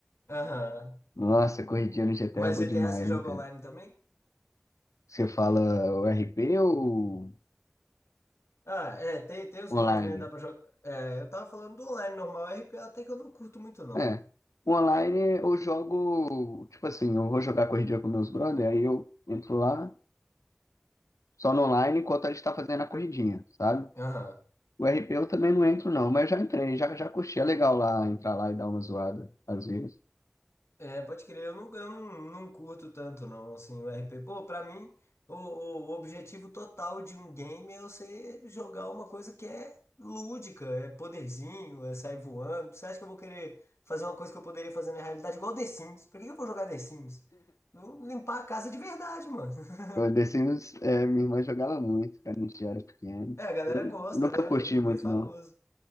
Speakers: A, on the left; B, on the left.
A: Aham.
B: Nossa, corridinha no GTA
A: Mas
B: é bom
A: GTA
B: demais,
A: você
B: viu,
A: joga
B: cara?
A: online também?
B: Você fala o RP ou
A: Ah, é, tem, tem os
B: online?
A: dois, né? Dá pra jogar. É, eu tava falando do online normal, R P A até que eu não curto muito, não.
B: É. Online eu jogo, tipo assim, eu vou jogar corridinha com meus brother, aí eu entro lá, só no online enquanto a gente tá fazendo a corridinha, sabe?
A: Aham.
B: O RP eu também não entro, não, mas já entrei, já, já curti. É legal lá entrar lá e dar uma zoada, às vezes.
A: É, pode crer, eu não, eu não, não curto tanto não, assim, o RP. Pô, pra mim, o, o objetivo total de um game é você jogar uma coisa que é lúdica, é poderzinho, é sair voando. Você acha que eu vou querer fazer uma coisa que eu poderia fazer na realidade igual The Sims? Pra que eu vou jogar The Sims? Eu Vou limpar a casa de verdade, mano. <laughs>
B: Pô, The Sims, é, minha irmã jogava muito, cara, a gente era pequeno.
A: É, a galera
B: Mas
A: gosta,
B: Nunca
A: né?
B: curti
A: É um joguinho
B: muito,
A: bem famoso.
B: não.